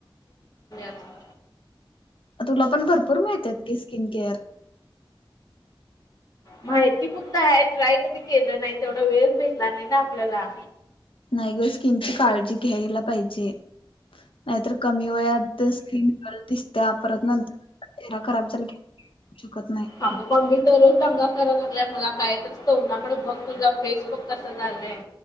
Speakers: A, on the left (about 45°); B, on the left (about 85°).
A: <inaudible>
B: तुला पण भरपूर मिळतात की स्किन केअर.
A: माहिती फक्त आहे ट्राय कधी केलं नाही तेवढा वेळच भेटला नाही ना आपल्याला.
B: नाही ग स्किनची काळजी घ्यायला पाहिजे. नाहीतर कमी वयात स्किन दिसत्या परत नंतर चेहरा खराब झाला की शकत नाही.
A: आग मम्मी दररोज दंगा कराय लागलाय मला काय तच तोड ना पण बघ तुझा फेस बघ कसा झालाय.